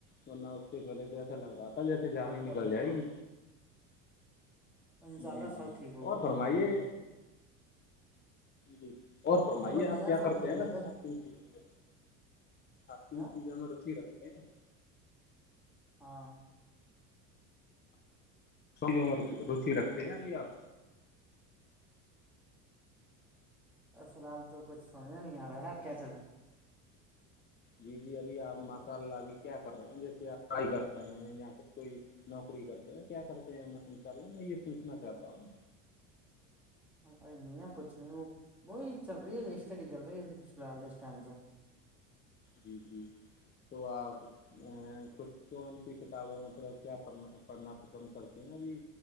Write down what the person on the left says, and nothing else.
ورنہ اس سے پہلے د اچھا لگ رہا تھا جیسے جانی
نکل جائے
گی
جی
جی
اور فرمائیے
جی اور فرمائیے
آپ کیا
کرتے
ہیں ویسے
آپ کن چیزیں میں آپ
تین چیزوں میں رچ رکھتے ہیں
رو روچی رکھتے ہیں ابھی آپ
جی جی ابھی آپ ماشاء اللہ ابھی کیا کر رہے ہیں جیسے آپ فرائی کر رہے ہیں یااں پھر کوئی نوکری کرتے ہیں کیا کرتے ہیں ہم انشاء اللہ میں یہ پوچھنا چاہتا ہوں
جی جی تو آپ ا کچھ کون سی کتابیں مطلب کیا پڑھنا پڑھنا پسند کرتی ہیں ابھی